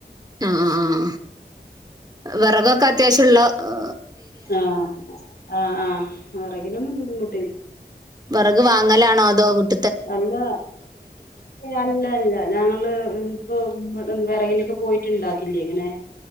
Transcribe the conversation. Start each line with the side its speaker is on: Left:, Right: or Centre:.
Right: ആ ആ ആ വെറകൊക്കെ അത്യാവശ്യുള്ള ആ
Left: ആ ആ ആ വെറകിനൊന്നും ബുദ്ധിമു
Right: വെറക് വാങ്ങലാണോ അ ദോ കൂട്
Left: അല്ല അല്ല അല്ല ഞങ്ങള് ഇപ്പ ഇവട വെറകിനൊക്കെ പോയിട്ടുണ്ടാക്കില്ലേ ഇങ്ങനെ